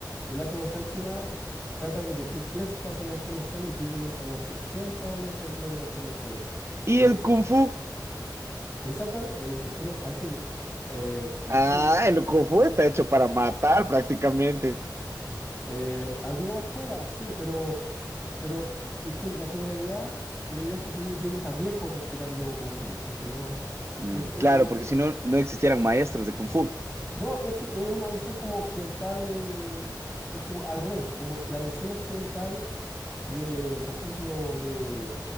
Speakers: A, on the left (about 25°); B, on the right (about 35°).
A: el arte marcial china trata de que tú crezcas en el arte marcial y tú llegues a los 80 años practicando artes marciales.
B: ¿Y
A: No,
B: el kung fu?
A: exactamente, el Kung Fu no, parece que, eh, no
B: Ah,
A: sé,
B: el kung fu está hecho para matar prácticamente.
A: Eh, algunas escuelas, sí, pero, pero en gen- la generalidad, la idea es que tú llegues a viejo practicando Kung Fu. Entonces, no.
B: Mm,
A: Este,
B: claro,
A: eh, eh,
B: porque si no, no existieran maestros de kung fu.
A: no, es que es una visión como occidental, es como al revés, como la versión occidental de, por ejemplo, de,